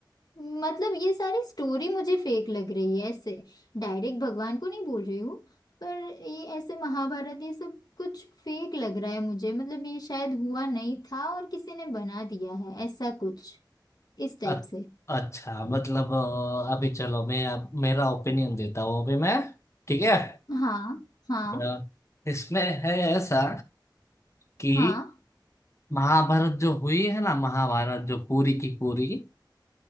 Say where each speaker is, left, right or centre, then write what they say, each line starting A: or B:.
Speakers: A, on the left; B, on the left.
A: मतलब ये सारी स्टोरी मुझे फेक लग रही है ऐसे डायरेक्ट भगवान को नहीं बोल रही हूँ पर ये ऐसे महाभारत ये सब कुछ फेक लग रहा है मुझे मतलब ये शायद हुआ नहीं था और किसी ने बना दिया है ऐसा कुछ इस टाइप
B: अ-
A: से
B: अच्छा मतलब अ, अभी चलो मैं अब मेरा ओपिनियन देता हूँ अभी मैं ठीक है
A: हाँ हाँ
B: अ, इसमें है ऐसा कि
A: हाँ
B: महाभारत जो हुई है ना महाभारत जो पूरी की पूरी